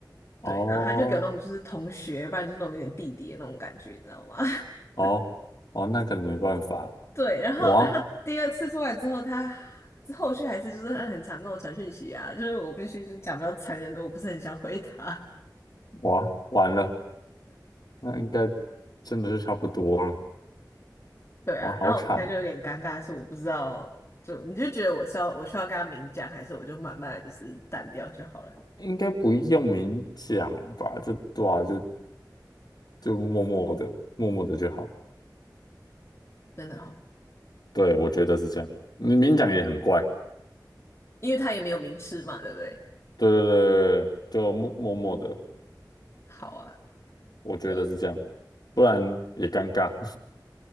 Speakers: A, on the left; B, on the left.
A: 对，
B: 哦
A: 然后他就给我那种就是同学，不然就是那种有点弟弟的那种感觉，你知道吗？<laughs>
B: 哦哦，那可能没办法。
A: 对，然后然后第二次出来之后，
B: 我啊
A: 他后续还是就是他很常跟我传讯息啊，就是我必须就是讲比较残忍的，我不是很想回他。
B: 我啊完了，那应该真的是差不多了。
A: <laughs> 对啊，
B: 哇，好惨，
A: 然后我现在就有点尴尬，是我不知道，就你就觉得我是要我需要跟他明讲，还是我就慢慢的就是淡掉就好了？
B: 应该不用明讲吧？就对啊就就默默的，默默的就好。
A: 真的好，
B: 对，我觉得是这样。你明讲也很怪。
A: 因为他也没有明示嘛，对不对？
B: 对对对对对，就默默默的，
A: 好啊，
B: 我觉得是这样，
A: 对吧？
B: 不然也尴尬